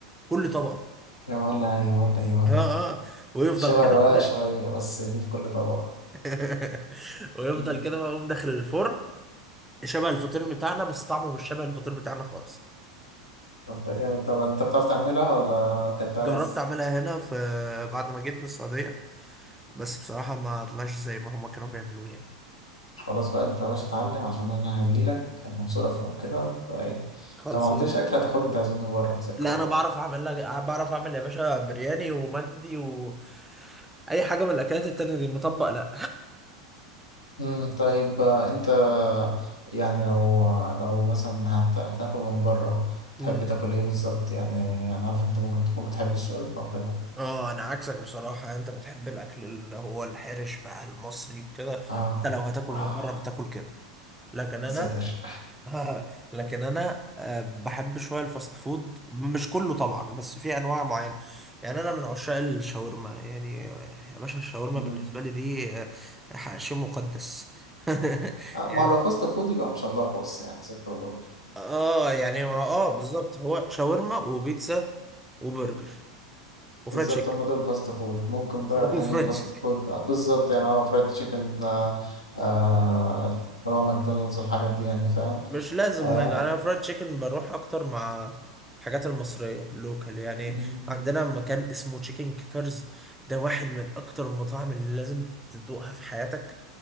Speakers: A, in the centre; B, on the left.
A: كل طبقة
B: يا ولا يا ولا يا ولا
A: اه اه ويفضل
B: شبه
A: كده
B: الرقاق
A: كده
B: شوية بس دي في كل طبق
A: <laughs> ويفضل
B: مم.
A: كده بقى يقوم داخل الفرن شبه الفطير بتاعنا بس طعمه مش شبه الفطير بتاعنا خالص
B: طب ده جامد طب أنت بتعرف تعملها ولا أكلتها
A: جربت
B: بس؟
A: اعملها هنا في بعد ما جيت من السعودية بس بصراحة ما طلعش زي ما هما كانوا بيعملوه يعني
B: خلاص بقى أنت يا باشا اتعلم عشان أنا هجيلك المنصورة في يوم كده فإيه
A: خالص
B: لو ما عملتش أكل هتاخدني تعزمني بره زي الكل
A: لا انا بعرف اعمل لها بعرف اعمل يا باشا برياني ومندي و اي حاجه من الاكلات التانية دي مطبق لا
B: مم، طيب آه، انت يعني لو آه، لو مثلا هت- هتاكل من بره
A: مم.
B: تحب تاكل ايه بالظبط يعني انا عارف انت ممكن تكون بتحب الشاورما وكده
A: اه انا عكسك بصراحه انت بتحب الاكل اللي هو الحرش بقى المصري وكده
B: اه
A: انت لو هتاكل
B: اه
A: من بره بتاكل كده لكن
B: يا
A: انا
B: ساتر
A: <laughs> لكن انا آه، بحب شويه الفاست فود مش كله طبعا بس في انواع معينه يعني انا من عشاق الشاورما يعني آه، يا باشا الشاورما
B: مم.
A: بالنسبه لي دي آه، شيء مقدس <laughs>
B: آه
A: يعني
B: ما هو لو فاست فود يبقى مش هنلخبص يعني ستة ودور
A: اه يعني هو اه بالظبط هو شاورما وبيتزا وبرجر وفرايد
B: بالظبط
A: تشيكن
B: هم دول فاست فود ممكن بقى
A: <laughs>
B: تاني
A: وفرايد
B: فاست
A: تشيكن
B: فود آه، بالظبط يعني هو فرايد تشيكن آه آه، اللي هو ماكدونالدز والحاجات دي يعني فاهم
A: مش لازم
B: آه
A: انا فرايد تشيكن بروح اكتر مع الحاجات المصرية لوكال يعني
B: مم.
A: عندنا مكان اسمه تشيكن كيكرز ده واحد من اكتر المطاعم اللي لازم تدوقها في حياتك